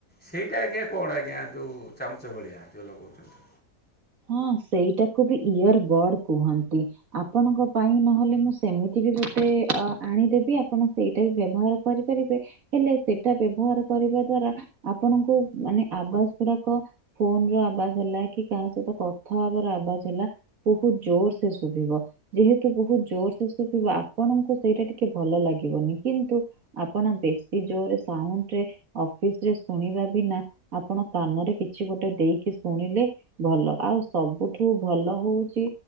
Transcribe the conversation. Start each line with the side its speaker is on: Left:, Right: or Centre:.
Centre: ସେଇଟା ଆଜ୍ଞା କଣ ଆଜ୍ଞା ଯୋଉ ଚାମୁଚ ଭଳିଆ ଯୋଉ ଲଗୋଉଚନ୍ତି।
Right: ହଁ ସେଇଟାକୁ ବି ଇୟର ବଡ କୁହନ୍ତି। ଆପଣଙ୍କ ପାଇଁ ନହଲେ ମୁଁ ସେମିତି ବି ଗୋଟେ ଅ ଆଣିଦେବି ଆପଣ ସେଇଟା ବି ବ୍ୟବହାର କରିପାରିବେ। ହେଲେ ସେଟା ବ୍ୟବହାର କରିବା ଦ୍ଵାରା ଆପଣଙ୍କୁ ମାନେ ଆବାଜ ଗୁଡାକ ଫୋନର ଆବାଜ ହେଲା କି କାହା ସହିତ କଥା ହବାର ଆବାଜ ହେଲା ବୋହୁତ ଜୋରସେ ଶୁଭିବ। ଯେହେତୁ ବୋହୁତ ଜୋରସେ ଶୁଭିବ ଆପଣଙ୍କୁ ସେଇଟା ଟିକେ ଭଲ ଲାଗିବନି କିନ୍ତୁ ଆପଣ ବେଶୀ ଜୋଓରେ ସାଉଣ୍ଡରେ ଅଫିସରେ ଶୁଣିବା ବିନା ଆପଣ କାନରେ କିଛି ଗୋଟେ ଦେଇକି ଶୁଣିଲେ ଭଲ। ଆଉ ସବୁଠୁ ଭଲ ହୋଉଚି